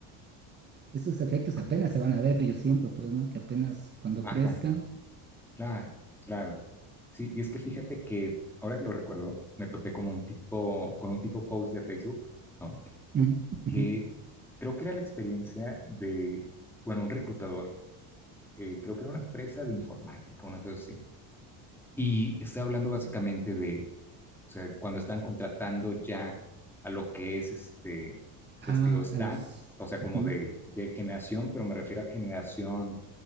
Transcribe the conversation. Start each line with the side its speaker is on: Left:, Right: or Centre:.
Right: Esos efectos
Centre: ujú,
Right: apenas se van a ver, yo siento, pues, ¿no? Que apenas cuando
Centre: ajá,
Right: crezcan,
Centre: claro, claro. Sí, y es que fíjate que ahora que lo recuerdo, me topé como un tipo, con un tipo post de Facebook, ¿no?
Right: mm, ujú.
Centre: Que creo que era la experiencia de, bueno, un reclutador, eh, creo que era una empresa de informática, una cosa así, y estaba hablando básicamente de o sea, cuando están contratando ya a lo que es este,
Right: Ah,
Centre: pues digo, staff,
Right: a los,
Centre: o sea, como
Right: ujú,
Centre: de, de generación, pero me refiero a generación,